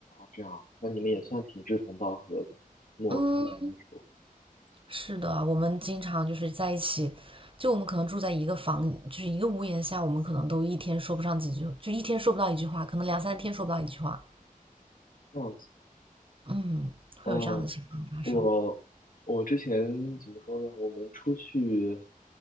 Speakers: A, on the left (about 70°); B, on the right (about 35°).
A: 这样，那你们也算挺志同道合的，某方面来说，
B: 嗯，是的，我们经常就是在一起，就我们可能住在一个房，就是一个屋檐下，我们可能都一天说不上几句，就一天说不到一句话，可能两三天说不到一句话。
A: 这样子。
B: 嗯，会有这样的情况发生。
A: 嗯，我我之前怎么说呢？我们出去，